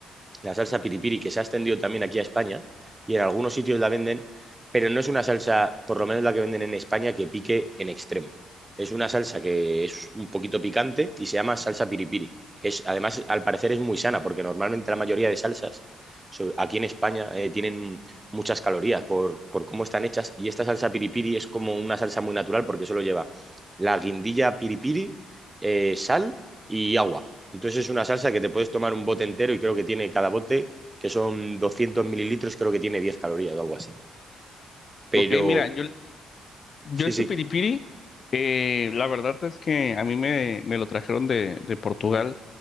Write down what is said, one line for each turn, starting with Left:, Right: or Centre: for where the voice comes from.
Right: la salsa piripiri, que se ha extendido también aquí a España y en algunos sitios la venden, pero no es una salsa, por lo menos la que venden en España, que pique en extremo. Es una salsa que es un poquito picante y se llama salsa piripiri, que es, además al parecer es muy sana, porque normalmente la mayoría de salsas so- aquí en España eh, tienen muchas calorías por, por cómo están hechas y esta salsa piripiri es como una salsa muy natural porque solo lleva la guindilla piripiri, eh, sal y agua. Entonces es una salsa que te puedes tomar un bote entero y creo que tiene cada bote, que son 200 mililitros, creo que tiene 10 calorías o algo así. Pero
Left: Ok, mira, yo, yo
Right: sí,
Left: este
Right: sí.
Left: piripiri, eh, la verdad es que a mí me, me lo trajeron de, de Portugal.